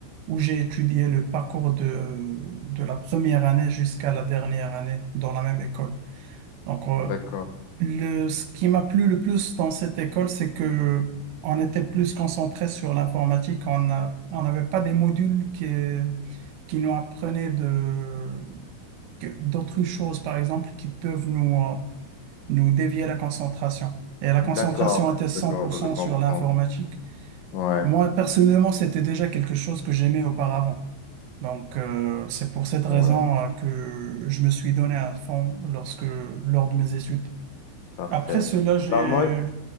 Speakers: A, on the right; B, on the left.
A: où j'ai étudié le parcours de, de la première année jusqu'à la dernière année dans la même école. Donc, euh,
B: D'accord,
A: le, ce qui m'a plu le plus dans cette école, c'est que on était plus concentré sur l'informatique. On a- on n'avait pas des modules qui, qui nous apprenaient de, que- d'autres choses, par exemple, qui peuvent nous, euh, nous dévier la concentration. Et la concentration
B: D'accord.
A: était cent
B: d'accord,
A: pour cent
B: je comprends.
A: sur l'informatique.
B: Ouais,
A: Moi, personnellement, c'était déjà quelque chose que j'aimais auparavant. Donc, euh, c'est pour cette
B: ouais,
A: raison euh, que je me suis donné à fond lorsque, lors de mes études.
B: parfait.
A: Après cela, j'ai...
B: Bah Ouais. moi,